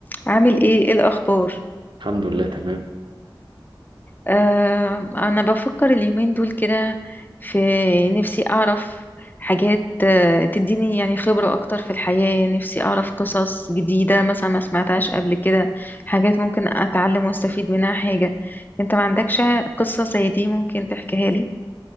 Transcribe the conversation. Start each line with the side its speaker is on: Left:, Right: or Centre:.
Left: عامل ايه ايه الاخبار
Right: الحمد لله تمام
Left: آه انا بفكر اليومين دول كده في نفسي اعرف حاجات آه تديني يعني خبرة اكتر في الحياة نفسي اعرف قصص جديدة مثلا ما سمعتهاش قبل كده حاجات ممكن اتعلم واستفيد منها حاجة انت ما عندكش قصة زي دي ممكن تحكيها لي